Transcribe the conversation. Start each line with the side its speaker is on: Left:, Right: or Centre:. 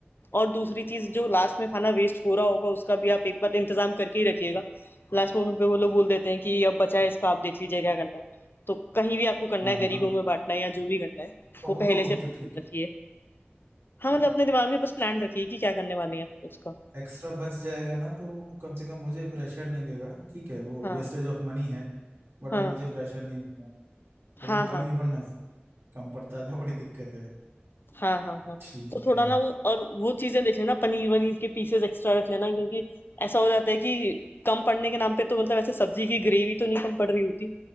Left: और दूसरी चीज़ जो लास्ट में खाना वेस्ट हो रहा होगा उसका भी आप एक बार इंतजाम करके ही रखिएगा लास्ट मोमेंट पे वो लोग बोल देते हैं कि अब बचा है इसका आप देख लीजिए क्या करना है तो कहीं भी आपको करना
Right: हाँ
Left: है गरीबों
Right: हाँ,
Left: में बांटना है या जो भी करना है वो
Right: वो
Left: पहले
Right: तो वो
Left: से प्लान
Right: तो ठीक
Left: रखिए
Right: है
Left: हाँ, मतलब अपने दिमाग में बस प्लान रखिए कि क्या करने वाले हैं उसका।
Right: एक्स्ट्रा बच जाएगा ना तो वो कम से कम मुझे प्रेशर नहीं देगा ठीक है वो
Left: हाँ,
Right: वेस्टेज ऑफ मनी है बट
Left: हाँ,
Right: वो मुझे प्रेशर नहीं देगा
Left: हाँ,
Right: लेकिन
Left: हाँ,
Right: कम नहीं
Left: हाँ, हाँ,
Right: पड़ना कम पड़ता है तो बड़ी दिक्कत है
Left: हाँ, हाँ, हाँ, हाँ।
Right: ठीक
Left: तो थोड़ा
Right: है
Left: ना वो और वो चीज़ें देख लेना पनीर-वनीर के पीसेज़ एक्स्ट्रा रख लेना क्योंकि ऐसा हो जाता है कि कम पड़ने के नाम पे तो मतलब ऐसे सब्जी की ग्रेवी तो नहीं कम पड़ रही होती,